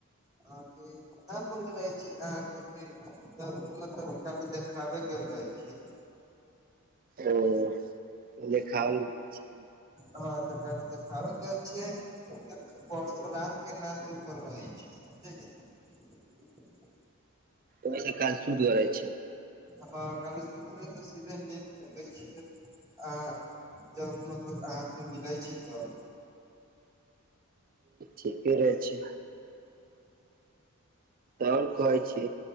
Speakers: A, on the right; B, on the right.
A: अहाँकेँ नऽ बोलले रहै छी अहाँकेँ मतलब कऽ चालू देखाबे गेल रहे छी <inaudible>
B: ओ तऽ देखाबे गेल छी
A: हँ तऽ कल देखाबे गेल छियै परसो रात के ना सु तल रहै छी सब समझै छिये
B: ओही सँ काज शूरु करै छै
A: हँ काल सूतले तऽ सीधे नींद खुलै छै अहाँ जब मतलब अहाँ से मिलै छी तब
B: ठीके रहै छै तऽ आओर कहै छी